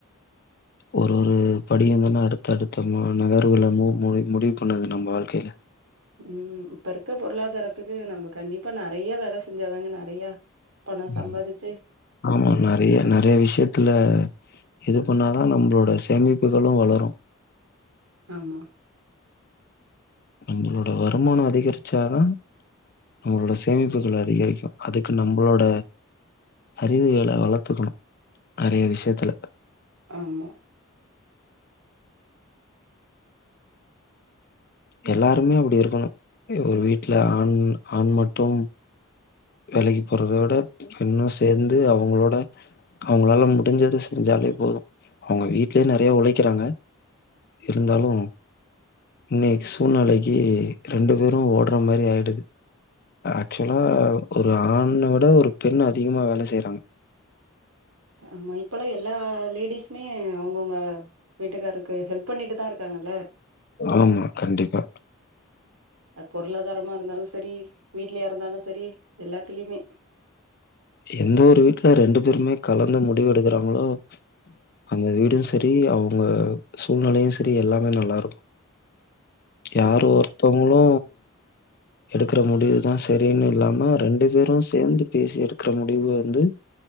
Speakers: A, on the left; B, on the right.
A: ஒரு ஒரு படியுந்தான அடுத்த அடுத்த மூ நகர்வுகல மு முடி முடிவு பண்ணுது நம்ம வாழ்க்கையில
B: ம் இப்ப இருக்க பொருளாதாரத்துக்கு நம்ம கண்டிப்பா நறைய வேல செஞ்சாதாங்க நறைய பணோ
A: ம்.
B: சம்பாதிச்சு
A: ஆமா நெறைய நெறைய விஷயத்துல இது பண்ணாதா நம்பளோட சேமிப்புகளு வளரு
B: ஆமா
A: எங்ளோட வருமானோ அதிகரிச்சாதா நம்மளோட சேமிப்புகள் அதிகரிக்கு அதுக்கு நம்பளோட அறிவுகள வளத்துக்குணு நெறைய விஷயத்துல
B: ஆமா
A: எல்லாருமே அப்படி இருக்கணு ஒரு வீட்ல ஆண் ஆண் மட்டு வேலைக்கு போறத விட பெண்ணு சேந்து அவுங்களோட அவுங்களால முடிஞ்சத செஞ்சாலே போது அவுங்க வீட்லயே நெறைய உழைக்கிறாங்க இருந்தாலு இன்னைக்கு சூழ்நலைக்கி ரெண்டு பேரு ஓடுற மாரி ஆயிடுது ஆக்சுவலா ஒரு ஆண்னவிட ஒரு பெண் அதிகமா வேல செய்றாங்க
B: ஆமா இப்பல்லா எல்லா லேடிஸ்மே அவுங்கவுங்க வீட்டுக்காருக்கு ஹெல்ப் பண்ணிட்டுதா இருக்காங்கல்ல
A: ஆமா கண்டிப்பா
B: அது பொருளாதாரமா இருந்தாலு சரி வீட்லயா இருந்தாலு சரி எல்லாத்துலியுமே
A: எந்த ஒரு வீட்டுல ரெண்டு பேருமே கலந்து முடிவு எடுக்குறாங்களோ அந்த வீடூ செரி அவுங்க சூழ்நெலையு செரி எல்லாமே நல்லா இருக்கு யாரோ
B: ஆமா
A: ஒர் ஒர்த்தங்ளு எடுக்குற முடிவுதா சரினு இல்லாம ரெண்டு பேரு சேந்து பேசி எடுக்கற முடிவு வந்து